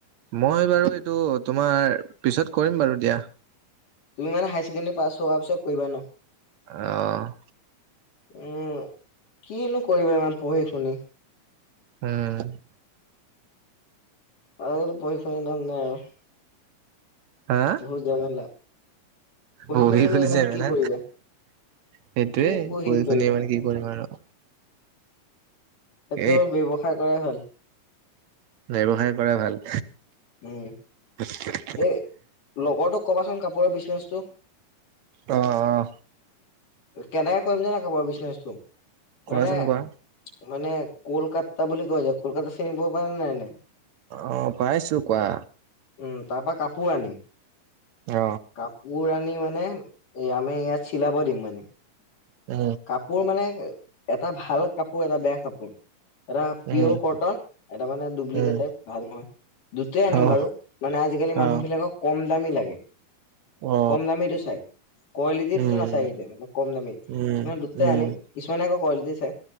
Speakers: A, on the right; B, on the left.
A: মই বাৰু এইটো তোমাৰ পিছত কৰিম বাৰু দিয়া।
B: তুমি মানে হাই ছেকেণ্ডাৰী পাছ হোৱাৰ পিছত কৰিবা ন।
A: অঁ
B: উম কিনো কৰিবা ইমান পঢ়ি শুনি
A: উম
B: আৰু অলপ পঢ়ি শুনিয লাভ নাই আৰু
A: <inaudible>
B: <unintelligible>
A: পঢ়ি
B: শুনিনো
A: খুলিছে
B: ইমান
A: মে
B: কি
A: না
B: কৰিবা
A: সেইটোয়ে
B: কি
A: পঢ়ি
B: কৰিবা
A: শুনি মানে কি কৰিম আৰু
B: তাকো
A: এ
B: ব্যৱসায় কৰাই ভাল।
A: ব্যৱসায় কৰা ভাল।
B: উম
A: <unintelligible>
B: এ লগৰটোক কবাচোন কাপোৰৰ বিজনেচটো
A: অ অ
B: কেনেকে কৰিম যে নে খ বাৰ বিজনেচটো
A: কোৱাচোন
B: মানে
A: কোৱা
B: মানে কলকাতা বুলি কোৱা যায় কলকাতা <unintelligible> নাই নাই
A: অ পাইছো কোৱা
B: উম তাপা কাপোৰ আনিম
A: অ
B: কাপোৰ আনি মানে এ আমি ইয়াত চিলাব দিম মানে
A: উ
B: কাপোৰ মানে এটা ভাল কাপোৰ এটা বেয়া কাপোৰ এটা পি'য়
A: উম
B: কটন এটা মানে ডুপ্লিকেট
A: উম
B: টাইপ ভাল নহয় দুটাই আনিম
A: অহ
B: বাৰু মানে আজিকালি
A: অহ
B: মানুহবিলাকক কম দামী লাগে
A: অ
B: কম দামীটো চাই কোৱালিটিটো
A: উম
B: নাচাই সিহঁতে মানে কম দামী
A: উম
B: ন দুটাই
A: উম উম
B: আনিম কিছমানানে আক কুৱালিটি চায়